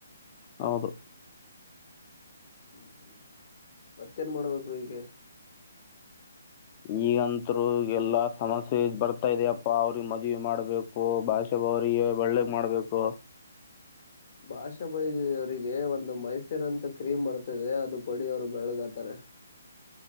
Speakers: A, on the left; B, on the left.
A: ಹೌದು
B: ಹ್ಮ್ ಹ್ಮ್ ಮತ್ತೇನ್ ಮಾಡ್ಬೇಕು ಈಗೆ
A: ಈಗಂತರು ಎಲ್ಲಾ ಸಮಸ್ಯೆ ಬರ್ತಾಇದೆಪ್ಪಾ ಅವ್ರಿಗೆ ಮದ್ವಿ ಮಾಡ್ಬೇಕು ಭಾಷೆ ಅವ್ರಿಗೆ ಒಳ್ಳಗ್ ಮಾಡ್ಬೇಕು
B: ಭಾಷಾಬೈ ಅವರಿಗೆ ಒಂದು ಮೈಫೇರ್ ಅಂತ ಕ್ರೀಮ್ ಬರ್ತದೆ ಅದು ಕೊಡಿ ಅವ್ರು ಬೆಳ್ಗತಾರೆ <unintelligible>